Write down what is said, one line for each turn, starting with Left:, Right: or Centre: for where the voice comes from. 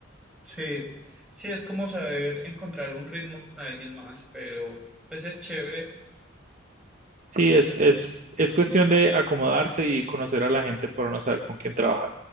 Centre: sí, sí es como saber encontrar un ritmo con alguien más, pero pues es chévere
Right: Sí, es, es, es cuestión de acomodarse y conocer a la gente para no saber con quién trabajar.